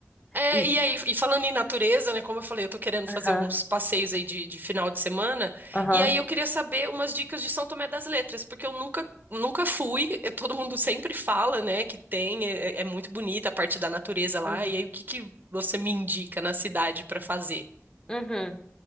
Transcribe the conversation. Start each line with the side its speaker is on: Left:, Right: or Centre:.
Right: É,
Left: Ih,
Right: e aí, e falando em natureza, né? Como eu falei, eu tô querendo
Left: Aham,
Right: fazer uns passeios aí de, de final de semana.
Left: aham,
Right: E aí eu queria saber umas dicas de São Tomé das Letras, porque eu nunca, nunca fui. eh, Todo mundo sempre fala, né, que tem, é, é é muito bonita a parte da natureza lá.
Left: uhum,
Right: E aí, o que que você me indica na cidade pra fazer?
Left: uhum.